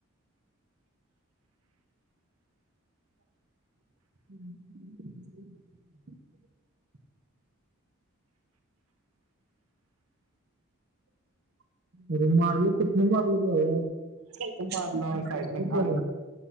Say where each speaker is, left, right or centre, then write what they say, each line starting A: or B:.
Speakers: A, on the right (about 45°); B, on the right (about 80°).
A: हम् <inaudible> अरे मारलं कुठन मारलं बाऊ
B: खेचून मारलं
A: <inaudible>
B: साईडने खाणलं